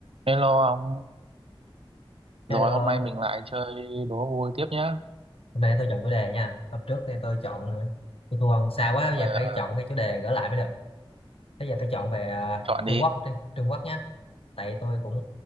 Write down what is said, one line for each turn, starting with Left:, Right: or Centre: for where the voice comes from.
Right: Hello ông, rồi
Left: Hello,
Right: hôm nay mình lại chơi đố vui tiếp nhá.
Left: hôm nay tôi chọn chủ đề nha. Hôm trước thì tôi chọn tôi thua ông xa quá, bây
Right: Ờ,
Left: giờ phải
Right: ờ,
Left: chọn cái chủ đề gỡ lại mới được. Bây giờ tôi chọn về à,
Right: chọn
Left: Trung
Right: đi.
Left: Quốc đi, Trung Quốc nhá. Tại tôi cũng